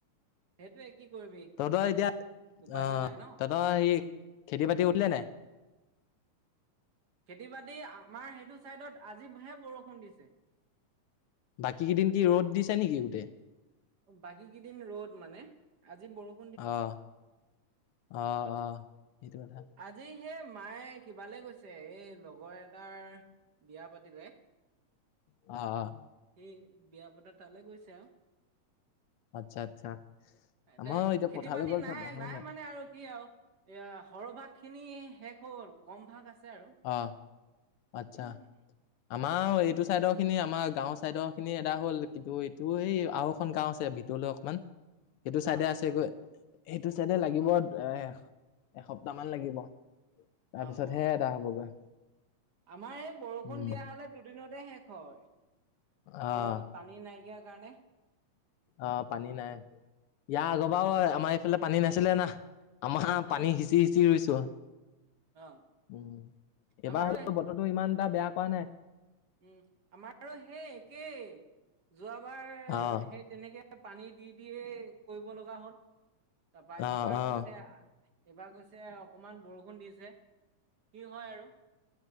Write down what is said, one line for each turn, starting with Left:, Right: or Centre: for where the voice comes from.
Right: সেইটোৱে কি কৰিবি
Left: তহঁতৰ এতিয়া, অ'
Right: উপায়তো নাই ন
Left: তহঁতৰ এই খেতি বাতি উঠিলে
Right: উম
Left: নাই।
Right: খেতি বাতি আমাৰ সেইটো চাইডত আজিবহে বৰষুণ দিছে।
Left: বাকী কেইদিন কি ৰ'দ দিছে নেকি গোটেই।
Right: বাকী কেইদিন ৰ'দ মানে, আজি বৰষ
Left: অ',
Right: তাৰছত
Left: অ', অ', সেইটো কথা।
Right: আজি সেই মায়ে কিবালৈ গৈছে এই লগৰ এটাৰ, বিয়া পাতিলে। <inaudible>
Left: অ', অ'।
Right: সেই বিয়া বতা তালৈ গৈছে আৰু।
Left: আচ্ছা, আচ্ছা।
Right: <unintelligible>
Left: আমাৰো এতিয়া
Right: খেতি
Left: পথাৰলৈ
Right: বাতি
Left: গ'ল
Right: নাই,
Left: চব অহাই
Right: নাই মানে আৰু কি আৰু। এয়া সৰহভাগ খিনি শেষ হ'ল, কম ভাগ আছে আৰু।
Left: অ' আচ্ছা।
Right: উম উম
Left: আমাৰ এইটো চাইডৰ খিনি আমাৰ গাঁওৰ চাইডৰ খিনি এটা হ'ল কিন্তু এইটো এই আৰু এখন গাওঁ আছে দূৰলৈ অকমান, সেইটো চাইডে
Right: অ
Left: আছে গৈ, সেইটো চাইডে লাগিব
Right: অ অ
Left: এ এসপ্তাহ মান লাগিব, তাৰ
Right: অ
Left: পিছতহে
Right: অ
Left: এটা হ'বগৈ।
Right: আমাৰ এই বৰষুণ
Left: উম,
Right: দিয়া হ'লে দুদিনতে শেষ হয়,
Left: অ',
Right: তোৰ পানী নাইকিয়া কাৰণে।
Left: অ' পানী নাই, ইয়াৰ
Right: উম
Left: আগ বাৰও
Right: পানী
Left: আমাৰ এইফালে পানী নাছিলে না। আমাৰ
Right: উম
Left: পানী সিঁচি সিঁচি ৰুৈছোঁ।
Right: অ
Left: উ, ম এবাৰ
Right: আমাৰো
Left: হ'লেও বতৰটো ইমান এটা বেয়া কৰা নাই।
Right: উম, আমাৰ সেই একেই, যোৱাবাৰ
Left: অ',
Right: সেই তেনেকে পানী দি দিয়ে কৰিব লগা হ'ল। তাৰপৰা
Left: অ',
Right: এইবাৰ
Left: অ',
Right: কৈছে, এইবাৰ কৈছে অকনমান বৰষুণ দিছে। কি হয় আৰু?